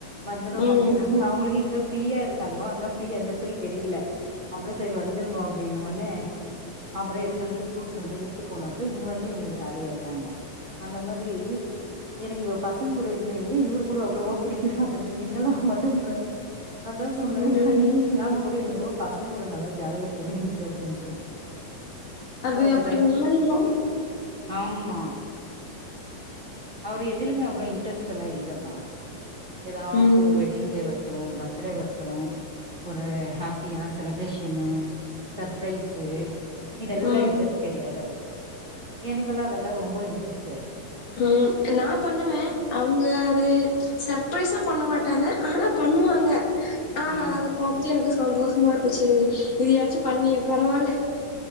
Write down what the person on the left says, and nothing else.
ம்
ம்
அது
அப்டி
மாறிரு
ம்
ம்
ம்
உம் நா பண்ணுவே அவுங்க அது சர்ப்ரைஸா பண்ண மாட்டாங்க ஆனா பண்ணுவாங்க ஆமா
அத பாத்துட்டு எனக்கு சந்தோஷமா இருக்கும் சேரி இதயாச்சும் பண்ணியே பரவால்ல